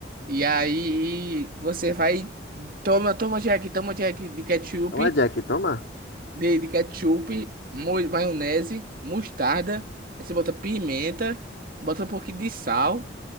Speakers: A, on the right (about 50°); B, on the left (about 70°).
A: E aí você vai, toma, toma Jack, toma Jack de ketchup,
B: Toma, Jack, toma.
A: de, de ketchup, mo- maionese, mostarda, aí você bota pimenta, bota um pouquinho de sal.